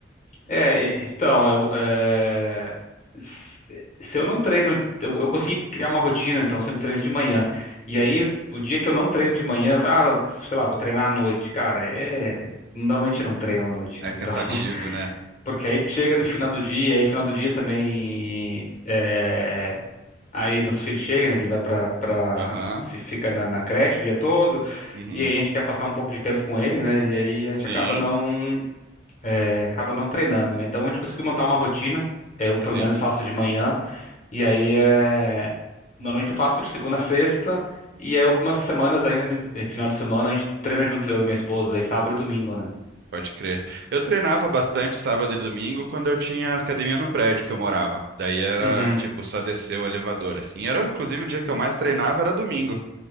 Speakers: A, on the left; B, on the right.
A: É, e- então, eu, é, se se eu não treino, eu, eu consegui criar uma rotina, então eu sempre treino de manhã. E
B: Uhum.
A: aí, o dia que eu não treino de manhã, ah, sei lá, vou treinar à noite. Cara, é, normalmente eu não treino à noite,
B: É
A: né?
B: cansativo,
A: Então, <laughs>
B: né?
A: porque aí chega no final do dia, aí final do dia também, é, aí nosso filho chega, né, que ele vai pra, pra,
B: Aham.
A: fi- fica na, na creche o dia todo,
B: Uhum.
A: e aí a gente quer passar um pouco de tempo com ele, né? E aí a
B: Sim,
A: gente acaba não é, acabo não treinando, né? Então a gente conseguiu montar uma rotina. é, Eu pelo
B: sim,
A: menos faço de manhã. E aí é, normalmente eu faço de segunda a sexta. E aí, algumas semanas ainda, no eh, final de semana, a gente treina junto eu e minha esposa, daí sábado e domingo, né?
B: pode crer. Eu treinava bastante sábado e domingo quando eu tinha academia no prédio que eu morava. Daí era,
A: Uhum,
B: tipo, só descer o elevador, assim. Era, inclusive, o dia que eu mais treinava era domingo.